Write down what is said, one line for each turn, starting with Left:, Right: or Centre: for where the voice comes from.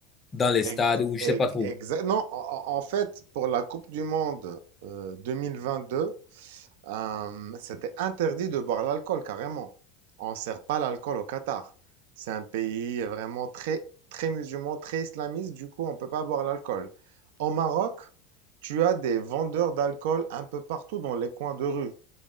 Left: dans les
Right: Ex-
Left: stades, ou je
Right: ex-
Left: sais pas trop.
Right: exa- non, en, en- en fait, pour la Coupe du Monde euh, 2022, euh, c'était interdit de boire l'alcool, carrément. On ne sert pas l'alcool au Qatar. C'est un pays vraiment très, très musulman, très islamiste, du coup, on ne peut pas boire l'alcool. Au Maroc, tu as des vendeurs d'alcool un peu partout dans les coins de rue.